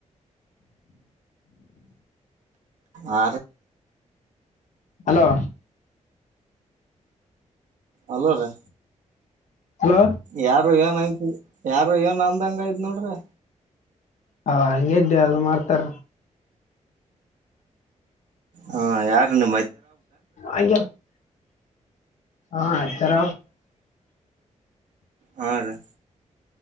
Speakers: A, on the right; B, on the left.
A: ಆ
B: ಹಲೋ
A: ಅಲ್ಲ ರೀ
B: ಹಲೋ
A: ಯಾರು ಏನ್ಯ್ತ್ ಯಾರು ಏನ್ ಅಂದಂಗ ಆಯ್ ನೋಡ್ರಿ
B: ಹ ಹಂಗಗೆ ಇದೆ ಅದು ಮಾಡ್ತಾರ
A: ಹಾ ಯಾರು ನಿ್ತ
B: ಅಯ ಹಾ ತರ
A: ಹ ರ